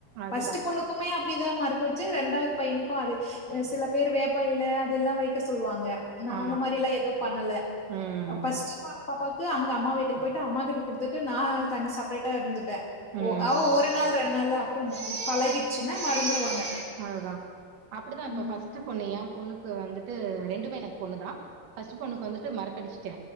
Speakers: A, on the right (about 65°); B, on the left (about 80°).
A: அதுதா
B: ஃபஸ்ட்டு பொண்ணுக்குமே அப் அப்டிதா மறக்க வெச்ச ரெண்டாவது பையனுக்கு அது அ சில பேரு வேப்ப எல அதெல்லா வைக்க சொல்வாங்க நா
A: ஆமா
B: அந்த மாரி எல்லா எது பண்ணல
A: ம்
B: ஃபஸ்ட்டு பாப்பா ப்பாக்கு அங்க அம்மா வீட்டுக்கு போயிட்டு அம்மா கிட்ட குடுத்துட்டு நா தனி சப்ரேட்டா இருந்துட்ட
A: ம்
B: ஓ அவ ஒரு நாள் ரெண் நாள்ல அப்புறோ பழகிச்சுன்னா மறந்துருவாங்க
A: அதுதா அப்டிதா இப்ப
B: ம்
A: ஃபஸ்ட்டு பொண்ணு எம் பொண்ணுக்கு வந்துட்டு ரெண்டுமே எனக் பொண்ணு தா ஃபஸ்ட்டு பொண்ணுக்கு வந்துட்டு மறக்கடிச்சுட்ட